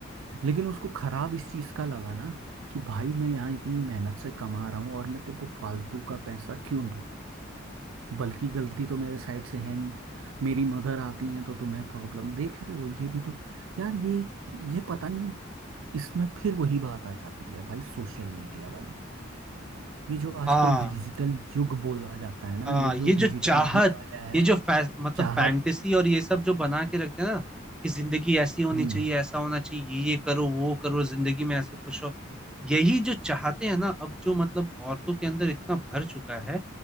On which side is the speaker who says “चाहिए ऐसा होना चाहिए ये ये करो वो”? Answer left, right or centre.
Centre